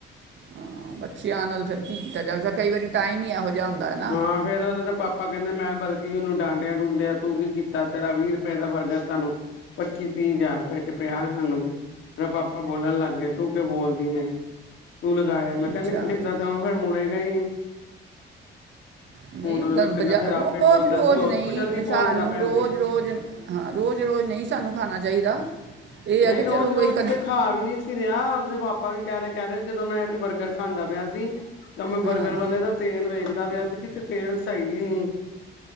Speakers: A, on the right; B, on the left.
A: ਹਾਂ ਬੱਚਿਆਂ ਨਾਲ ਫਿਰ ਕੀ ਕੀਤਾ ਜਾਦਾ ਕਈ ਵਾਰੀ ਟਾਈਮ ਹੀ ਇਹੋ ਜਿਹਾ ਹੁੰਦਾ ਨਾ
B: ਆ ਫੇਰ ਉਹਦਾ ਪਾਪਾ ਕਹਿੰਦੇ ਮੈਂ ਬਲਕਿ ਉਹਨੂੰ ਡਾਂਡਿਆ ਡੂੰਡਿਆ ਤੂੰ ਕੀ ਕੀਤਾ ਤੇਰਾ ਵੀਹ ਰੁਪਏ ਦਾ ਬਰਗਰ ਸਾਨੂੰ ਪੱਚੀ ਤੀਹ ਹਜ਼ਾਰ ਰੁਪਏ ਚ ਪਿਆ ਹਨੂ ਕੀ ਮੈਂ ਪਾਪਾ ਬੋਲਣ ਲੱਗ ਗਏ ਤੂੰ ਕਿਉਂ ਬੋਲਦੀ ਆਂ ਤੂੰ ਲਗਾਇਆ ਮੈਂ ਕਿਹਾ
A: ਅੱਛਾ
B: ਇਦਾਂ ਤਾਂ ਉਹ ਫਿਰ ਮੁੜੇਗਾ ਹੀ ਨਹੀਂ
A: ਨਹੀਂ
B: ਉਹਨੂੰ ਕਹਿੰਦਾ
A: ਬਾਜ਼ਾਰ
B: ਫਿਰ
A: ਰੋਜ਼
B: ਆਪੇ ਹੀ ਬੋਲਦਾ
A: ਰੋਜ਼
B: ਸੀ ਹੋਸਪਿਟਲ
A: ਨਹੀਂ
B: ਹੀ ਬੋਲਦਾ
A: ਸਾਨੂੰ
B: ਪਿਆ
A: ਰੋਜ਼-ਰੋਜ਼
B: ਸੀ
A: ਹਾਂ ਰੋਜ਼-ਰੋਜ਼ ਨਹੀਂ ਸਾਨੂੰ ਖਾਣਾ ਚਾਹੀਦਾ ਇਹ
B: ਨਹੀਂ
A: ਆ ਕਿ ਚਲੋ
B: ਰੋਜ਼-ਰੋਜ਼
A: ਬਈ ਕਦੀ
B: ਤੇ ਖਾ ਵੀ ਨਹੀਂ ਸੀ। ਰਿਹਾ ਉਸਦੇ ਪਾਪਾ ਵੀ ਕਹਿ ਰਹੇ ਕਹਿ ਰਹੇ ਜਦੋਂ ਮੈਂ ਇਹਨੇ ਬਰਗਰ ਖਾਂਦਾ ਪਿਆ ਸੀ ਤਾਂ ਮੈਂ ਬਰਗਰ
A: ਹਾਂ
B: ਵਾਲੇ ਦਾ ਤੇਲ ਵੇਖਦਾ ਪਿਆ ਸੀ ਕਿੱਥੇ ਤੇਲ ਸਹੀ ਨਹੀਂ